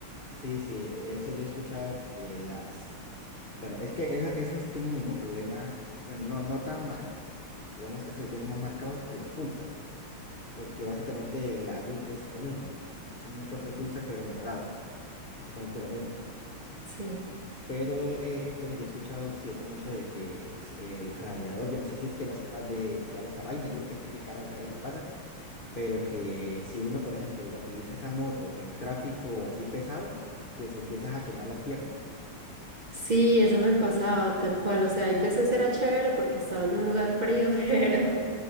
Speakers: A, on the left; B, on the right.
A: Sí, sí, e-, eso yo he escuchado que las... Bueno, es que esa- esas tienen el mismo problema, bueno, no, no tan marcado. Digamos que estas la tienen más marcados que las Pulsar, porque básicamente la Duke es lo mismo. Es un motor de Pulsar, pero mejorado. Básicamente lo mismo.
B: Sí.
A: Pero eh, entonces yo he escuchado, sí, eso mucho de que es el radiador, yo no sé si es que no es capaz de enfriar esa vaina, yo qué sé qué carajo será lo que pasa, pero que si uno, por ejemplo, diga, utiliza esa moto en tráfico así pesado, que se empieza a quemar las piernas.
B: Sí, eso me pasaba tal cual. O sea, hay veces era chévere porque estaba en un lugar frío, <laughs> pero...